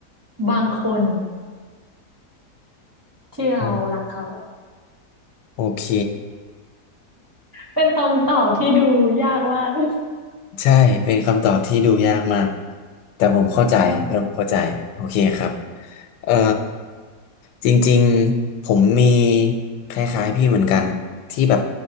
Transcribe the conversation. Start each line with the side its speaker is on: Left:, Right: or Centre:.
Right: บางคนที่เรารักเขา
Left: อืมโอเค
Right: เป็นคำตอบที่ดูยากมาก <laughs>
Left: ใช่ เป็นคำตอบที่ดูยากมาก แต่ผมเข้าใจแต่ผมเข้าใจโอเคครับ
Right: ใช่
Left: เอ่อจริงๆ ผมมีคล้ายๆพี่เหมือนกันที่แบบ